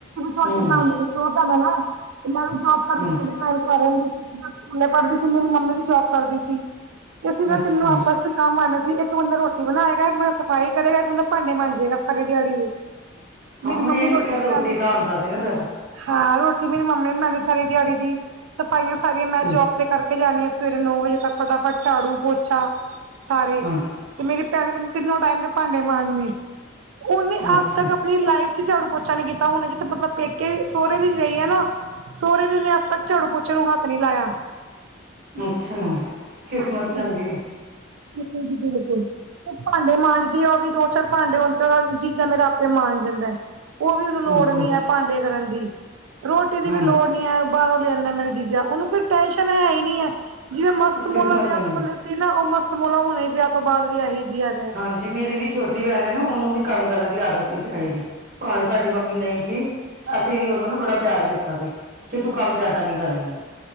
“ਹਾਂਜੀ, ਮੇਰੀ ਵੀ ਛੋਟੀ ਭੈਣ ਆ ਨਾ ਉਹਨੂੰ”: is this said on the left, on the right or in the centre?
Right